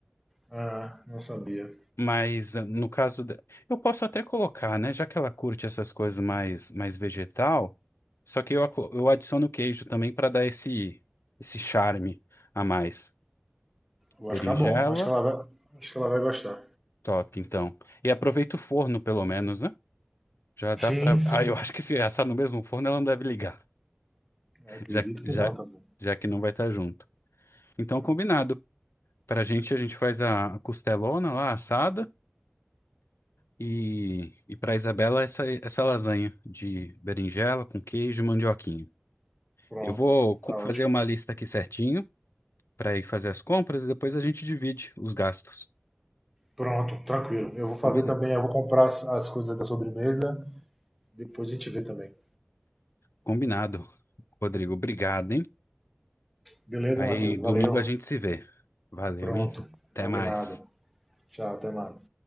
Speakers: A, in the centre; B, on the left.
A: Ah, não sabia.
B: Mas ah, no caso. de- Eu posso até colocar, né? Já que ela curte essas coisas mais, mais vegetal. Só que eu, aclo- eu adiciono queijo também para dar esse, esse charme a mais.
A: Eu acho
B: Berinjela,
A: que é bom. Acho que ela vai, acho que ela vai gostar.
B: top, então. E aproveita o forno, pelo menos, né? Já dá
A: Sim,
B: pra.
A: sim.
B: <laughs> Ah, eu acho que se assar no mesmo forno, ela não deve ligar,
A: Eu acredito
B: já, já,
A: que não também.
B: já que não vai estar junto. Então,
A: Ah,
B: combinado. Pra gente, a gente faz a a costelona lá, assada. E, e pra Isabela, essa, essa lasanha de berinjela com queijo e mandioquinha.
A: pronto,
B: Eu vou co-
A: tá
B: fazer
A: ótimo.
B: uma lista aqui certinho pra ir fazer as compras e depois a gente divide os gastos.
A: Pronto, tranquilo. Eu vou fazer
B: Combinado.
A: também, eu vou comprar as, as coisas da sobremesa, depois a gente vê também.
B: Combinado. Rodrigo, obrigado, hein?
A: Beleza,
B: Aí
A: Matheus?
B: domingo
A: Valeu.
B: a gente se vê. Valeu,
A: Pronto,
B: hein? Até
A: combinado.
B: mais.
A: Tchau, até mais.